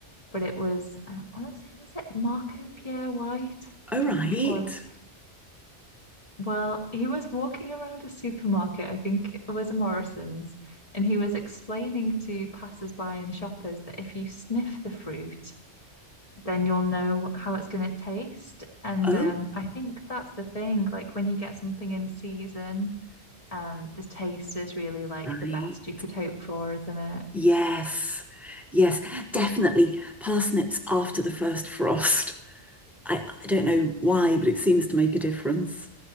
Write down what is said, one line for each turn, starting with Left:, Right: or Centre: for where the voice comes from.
Left: but it was I want to say was it Marco Pierre White?
Centre: Oh, right.
Left: I think it was. Well, he was walking around a supermarket, I think it was a Morrison's, and he was explaining to passers-by and shoppers that if you sniff the fruit, then you'll know how it's going to taste. And
Centre: Oh,
Left: um, I think that's the thing. Like when you get something in season, um, the taste is really like
Centre: right.
Left: the best you could hope for, isn't it?
Centre: Yes. Yes, definitely parsnips after the first frost. I, I don't know why, but it seems to make a difference.